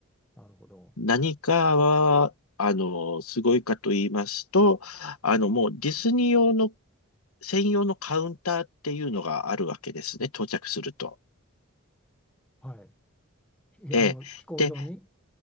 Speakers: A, in the centre; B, on the left.
A: なるほど。
B: 何かは、あの、すごいかと言いますと、あの、もうディズニー用の専用のカウンターっていうのがあるわけですね、到着すると。
A: はい。ひあの、
B: ええ。
A: 飛行場に。
B: で、